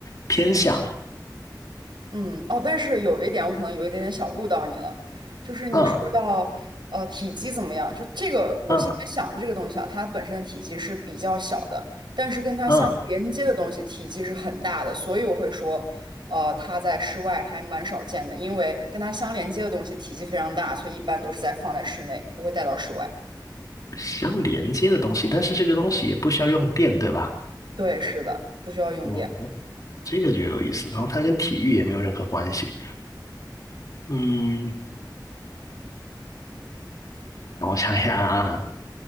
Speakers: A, on the left; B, on the right.
A: 偏向，
B: 嗯，哦，但是有一点，我可能有一点点小误导你了，就是你说到呃体积怎么样，
A: 嗯
B: 就这个我现在想的这个东西啊，
A: 嗯
B: 它本身的体积是比较小的，但是跟它相连接的东西体积是很大的，
A: 嗯，
B: 所以我会说，呃，它在室外还蛮少见的，因为跟它相连接的东西体积非常大，所以一般都是在放在室内，不会带到室外。
A: 相连接的东西，但是这个东西也不需要用电，对吧？
B: 对，是的，不需要用电。
A: 哦，这个就有意思。然后它跟体育也没有任何关系。嗯，我想一下啊，